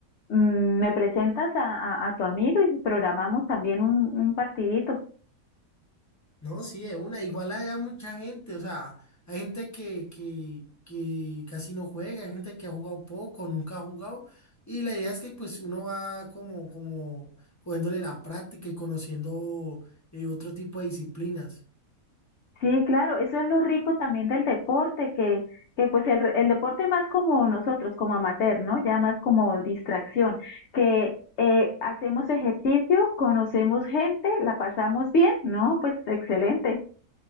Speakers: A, on the left; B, on the left.
A: mm, me presentas a, a, a tu amigo y programamos también un, un partidito.
B: No, sí, de una. Igual hay mucha gente, o sea, hay gente que, que, que casi no juega, hay gente que ha jugado poco, nunca ha jugado. Y la idea es que pues uno va como, como cogiéndole la práctica y conociendo eh, otro tipo de disciplinas.
A: Sí, claro, eso es lo rico también del deporte, que, que pues el, re- el deporte más como nosotros, como amateur, ¿no? Ya más como distracción, que eh, hacemos ejercicio, conocemos gente, la pasamos bien, ¿no? Pues excelente.